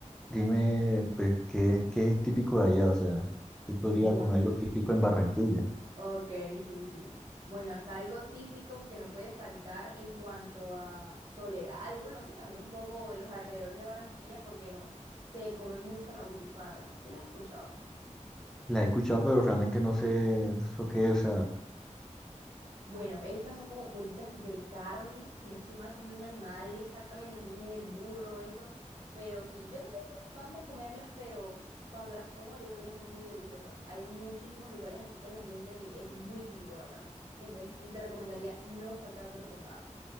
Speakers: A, in the centre; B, on the right.
A: dime, pues, ¿qué, qué es típico de allá? O sea, ¿qué podría
B: bueno.
A: comer algo típico en Barranquilla?
B: Ok, sí, sí. Bueno, acá algo típico que no puede faltar en cuanto a soledad y bueno, sí, también un poco en los alrededores de Barranquilla, ¿por qué no? Se come mucho la butifarra. ¿Sí las has escuchado?
A: La he escuchado, pero realmente no sé eso qué es,
B: Bueno, estas son como bolitas de carne, si no estoy mal, son de un animal exactamente, no sé si es el burro o eso, pero sí, yo no soy muy fan de comerlas, pero cuando las como yo sé que son muy deliciosas. Hay muchísimos lugares aquí que las venden y eso es muy típico de acá. Entonces, te recomendaría no saltártelo por nada.